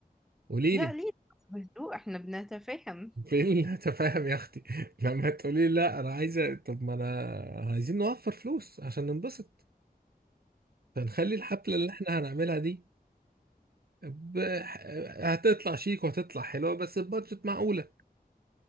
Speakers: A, on the right; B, in the centre.
A: قوليلي
B: لا ليه بهدوء احنا بنتفاهم
A: فين <laughs> التفاهم يا اختي <laughs> لما تقولي لا انا عايزه طب ما انا عايزين نوفر فلوس عشان ننبسط فنخلي الحفله اللي احنا هنعملها دي ب... هتطلع شيك وهتطلع حلوه بس بادجت معقوله